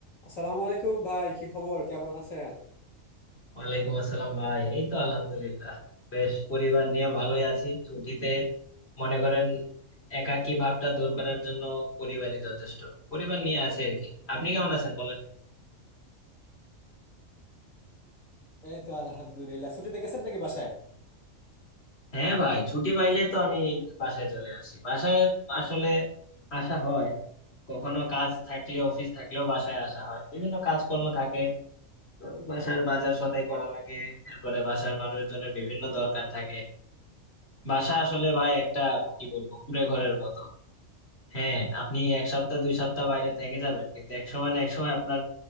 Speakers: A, on the left; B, on the left.
A: আসসালামু আলাইকুম ভাই কি খবর কেমন আছেন
B: ওয়ালাইকুম আসসালাম ভাই এই তো আলহামদুলিল্লাহ বেশ পরিবার নিয়ে ভালোই আছি ছুটিতে মনে করেন একাকী ভাবটা দূর করার জন্য পরিবারই যথেষ্ট পরিবার নিয়ে আছি আর কি আপনি কেমন আছেন বলেন
A: এই তো আলহামদুলিল্লাহ ছুটিতে গেছেন নাকি বাসায়
B: হ্যাঁ ভাই ছুটি পাইলে তো আমি বাসায় চলে আসি বাসায় আসলে আসা হয় কখনো কাজ থাকলে অফিস থাকলেও বাসায় আসা হয় বিভিন্ন কাজকর্ম থাকে তো বাসার বাজার সদাই করা লাগে এরপরে বাসার মানুষজনের বিভিন্ন দরকার থাকে বাসা আসলে ভাই একটা কি বলবো কুঁড়ে ঘরের মতো হ্যাঁ আপনি এক সপ্তাহ দুই সপ্তাহ বাইরে থেকে যাবেন কিন্তু এক সময় না এক সময় আপনার